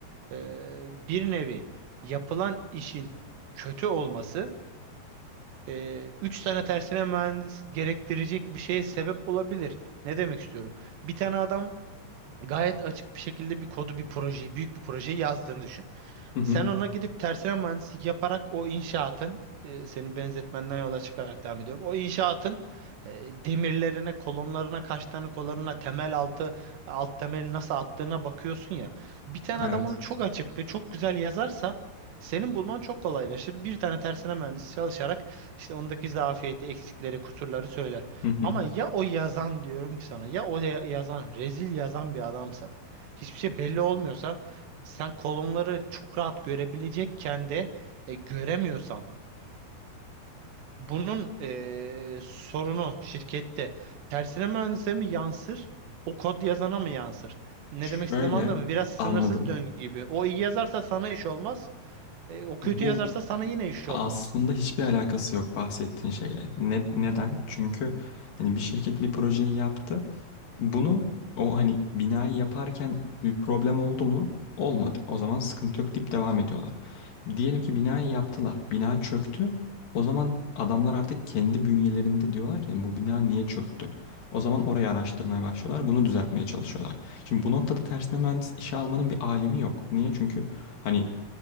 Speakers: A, on the right; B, on the left.
A: e, bir nevi yapılan işin kötü olması e, üç tane tersine mühendis gerektirecek bir şeye sebep olabilir. Ne demek istiyorum? Bir tane adam gayet açık bir şekilde bir kodu, bir projeyi, büyük bir projeyi yazdığını düşün.
B: Hı
A: Sen
B: hı.
A: ona gidip tersine mühendislik yaparak o inşaatın e, senin benzetmenden yola çıkarak devam ediyorum. O inşaatın e, demirlerine, kolonlarına, kaç tane kolonuna, temel altı, alt temeli nasıl attığına bakıyorsun ya. Bir tane
B: Evet.
A: adam onu çok açık ve çok güzel yazarsa senin bulman çok kolaylaşır. Bir tane tersine mühendis çalışarak işte ondaki zafiyeti, eksikleri, kusurları söyler.
B: Hı hı.
A: Ama ya o yazan diyorum ki sana ya o ya- yazan rezil yazan bir adamsa hiçbir şey belli olmuyorsa sen kolonları çok rahat görebilecekken de e, göremiyorsan bunun e, sorunu şirkette tersine mühendise mi yansır o kod yazana mı yansır? Ne
B: Şöyle
A: demek istediğimi anladın mı? Biraz sınırsız
B: anladım.
A: döngü gibi. O iyi yazarsa sana iş olmaz. e, o kötü
B: Bu
A: yazarsa sana yine iş
B: aslında
A: olmaz.
B: hiçbir alakası yok bahsettiğin şeyle. Ne, neden? Çünkü hani bir şirket bir projeyi yaptı. Bunu o hani binayı yaparken bir problem oldu mu? Olmadı. O zaman sıkıntı yok deyip devam ediyorlar. Diyelim ki binayı yaptılar. Bina çöktü. O zaman adamlar artık kendi bünyelerinde diyorlar ki "Yani bu bina niye çöktü? O zaman orayı araştırmaya başlıyorlar. Bunu düzeltmeye çalışıyorlar. Şimdi bu noktada tersine mühendis işe almanın bir alemi yok. Niye? Çünkü hani